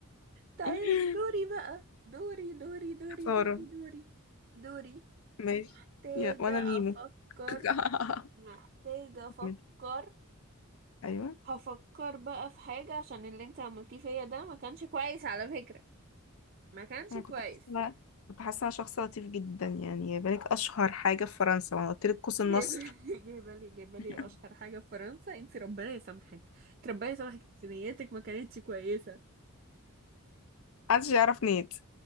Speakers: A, on the right (about 45°); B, on the left (about 75°).
A: طيب
B: <laughs>
A: دوري بقى دوري دوري دوري
B: خسارة
A: دوري دوري دوري
B: ماشي
A: محتاجة
B: يا وانا نيمو
A: أفكر
B: <laughs>
A: محتاجة أفكر
B: كمل. ايوه
A: هفكر بقى في حاجة عشان اللي انت عملتيه فيا ده ما كانش كويس على فكرة ما كانش
B: انا
A: كويس
B: كنت حاسه كنت حاسه انا شخص لطيف جدا يعني يا بالك اشهر حاجه في فرنسا ما أنا قلت لك قوس النصر
A: جايبة <laughs> جايبة لي جايبة لي
B: <laughs>
A: أشهر حاجة في فرنسا انت ربنا يسامحك انت ربنا يسامحك انت نيتك ما كانتش كويسة
B: محدش يعرف نيت